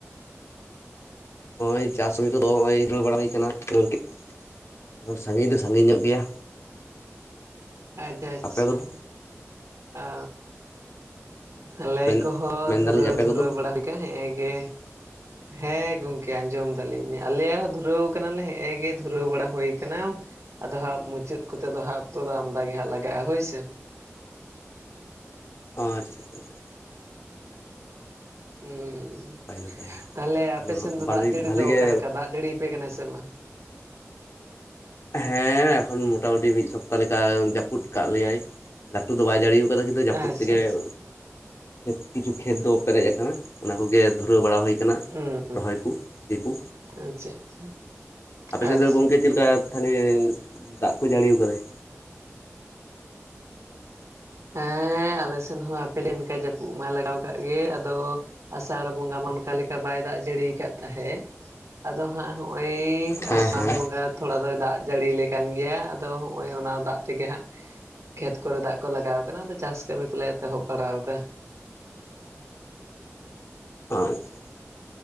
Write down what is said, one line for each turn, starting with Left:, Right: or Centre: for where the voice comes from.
Left: ᱦᱳᱭ ᱪᱟᱥ <unintelligible> ᱫᱷᱩᱨᱟᱹᱣ ᱵᱟᱲᱟ ᱦᱩᱭ ᱠᱟᱱᱟ ᱜᱚᱝᱠᱮ ᱮᱠᱷᱚᱱ ᱥᱟᱹᱜᱤᱧ ᱫᱚ ᱥᱟᱹᱜᱤᱧ ᱧᱚᱜ ᱜᱮᱭᱟ᱾
Right: ᱟᱪ ᱟᱪᱪᱷᱟ᱾
Left: ᱟᱯᱮ ᱠᱚᱫᱚ
Right: ᱚ ᱟᱞᱮ
Left: ᱢᱮᱱ
Right: ᱠᱚ ᱦᱚᱸ
Left: ᱢᱮᱱᱫᱟᱞᱤᱧ
Right: ᱫᱷᱩᱨᱟᱹᱣ
Left: ᱟᱯᱮ
Right: ᱫᱷᱩᱨᱟᱹᱣ
Left: ᱠᱚᱫᱚ
Right: ᱵᱟᱲᱟ ᱦᱩᱭ ᱠᱟ ᱦᱮᱜᱸᱮ ᱜᱮ᱾ ᱦᱮᱸ ᱜᱚᱝᱠᱮ ᱟᱸᱡᱚᱢ ᱫᱟᱞᱤᱧ ᱟᱞᱮ ᱦᱚᱸ ᱫᱷᱩᱨᱟᱹᱣ ᱠᱟᱱᱟᱞᱮ ᱦᱮᱸ ᱜᱮ ᱫᱷᱩᱨᱟᱹᱣ ᱵᱟᱲᱟ ᱦᱳᱭ ᱠᱟᱱᱟ᱾ ᱟᱫᱚ ᱦᱟᱜ ᱢᱩᱪᱟᱹᱫ ᱠᱚ ᱛᱮ ᱫᱚ ᱦᱟᱸᱜ ᱚᱠᱛᱚ ᱫᱚ ᱟᱢᱫᱟ ᱜᱮ ᱦᱟᱸᱜ ᱞᱟᱜᱟᱜᱼᱟ᱾ ᱦᱳᱭ ᱥᱮ᱾
Left: ᱚ ᱟᱪᱪᱷᱟ ᱟᱪᱪᱷᱟ᱾
Right: ᱩᱸᱸ
Left: ᱱᱟᱯᱟᱭ ᱱᱟᱯᱟᱭ ᱱᱟᱯᱟᱭ
Right: ᱛᱟᱦᱞᱮ
Left: ᱛᱟᱦᱚᱞᱮ
Right: ᱟᱯᱮ ᱥᱮᱱ ᱫᱚ
Left: ᱵᱷᱟᱞᱤ
Right: ᱫᱟᱜ ᱡᱟᱹᱲᱤ
Left: ᱵᱷᱟᱞᱤ
Right: ᱫᱚ
Left: ᱜᱮ
Right: ᱚᱠᱟ ᱞᱮᱠᱟ ᱫᱟᱜ ᱡᱟᱹᱲᱤ ᱭᱯᱮ ᱠᱟᱱᱟ ᱥᱮ ᱵᱟ?
Left: ᱦᱮᱸ ᱮᱠᱷᱚᱱ ᱢᱚᱴᱟ ᱢᱩᱴᱤ ᱢᱤᱫ ᱥᱚᱯᱛᱟ ᱞᱮᱠᱟ ᱡᱟᱹᱯᱩᱛ ᱠᱟᱫ ᱞᱮᱭᱟᱭ᱾ ᱞᱟᱹᱴᱩ ᱫᱚ ᱵᱟᱭ ᱡᱟᱹᱲᱤᱣ ᱠᱟᱫᱟ ᱠᱤᱱᱛᱩ ᱡᱟᱹᱯᱩᱫ
Right: ᱟᱪᱪᱷᱟ
Left: ᱛᱮᱜᱮ
Right: ᱟᱪᱪᱷᱟ
Left: <unintelligible> ᱠᱤᱪᱷᱩ ᱠᱷᱮᱛ ᱫᱚ ᱯᱮᱨᱮᱡ ᱠᱟᱱᱟ᱾ ᱚᱱᱟ ᱠᱚᱜᱮ ᱫᱷᱩᱨᱟᱹᱣ ᱵᱟᱲᱟ ᱦᱩᱭ
Right: ᱦᱩᱸ
Left: ᱨᱚᱦᱚᱭ ᱠᱩ ᱥᱮ ᱠᱚ
Right: ᱟᱪᱪᱷᱟ ᱟᱪᱪᱷᱟ
Left: ᱟᱯᱮ ᱥᱮᱫ
Right: ᱟᱪᱪᱷᱟ
Left: ᱫᱚ ᱜᱚᱝᱠᱮ ᱪᱮᱫ ᱞᱮᱠᱟ ᱛᱟᱦᱞᱮ ᱫᱟᱜ ᱠᱩ ᱡᱟᱹᱲᱤᱭ ᱟᱠᱟᱫᱟᱭ
Right: ᱦᱮᱸ ᱟᱞᱮ ᱥᱮᱱ ᱦᱚᱸ ᱟᱯᱮ, <unintelligible> ᱚᱱᱠᱟ ᱡᱟᱹᱯᱩᱫ ᱢᱟᱭ ᱞᱟᱜᱟᱣ ᱠᱟᱜ ᱜᱮ ᱟᱫᱚ ᱟᱥᱟᱲ ᱵᱚᱸᱜᱟ ᱢᱟ ᱚᱱᱠᱟ ᱞᱮᱠᱟ ᱵᱟᱭ ᱫᱟᱜ ᱡᱟᱹᱲᱤ ᱠᱟᱜ ᱛᱟᱦᱮᱸ᱾ ᱟᱫᱚ ᱦᱟᱸᱜ ᱦᱚᱜ ᱚᱭ
Left: ᱦᱮᱸ
Right: ᱥᱟᱱ
Left: ᱦᱮᱸ
Right: ᱵᱚᱸᱜᱟ ᱛᱷᱚᱲᱟ ᱫᱚ ᱫᱟᱜ ᱡᱟᱹᱲᱤ ᱠᱟᱱ ᱜᱮᱭᱟ ᱟᱫᱚ ᱦᱚᱸᱜ ᱚᱭ ᱚᱱᱟ ᱫᱟᱜ ᱛᱮ ᱜᱮ ᱦᱟᱸᱜ ᱠᱷᱮᱛ ᱠᱚ ᱨᱮ ᱫᱟᱜ ᱠᱚ ᱞᱟᱜᱟᱣ ᱠᱟᱱᱟ᱾ ᱟᱫᱚ ᱪᱟᱥ ᱠᱟᱹᱢᱤ ᱠᱚ ᱞᱮ ᱮᱛᱚᱦᱚᱵ ᱵᱟᱲᱟᱣ ᱠᱟᱜᱟ᱾
Left: ᱟᱪᱪᱷᱟ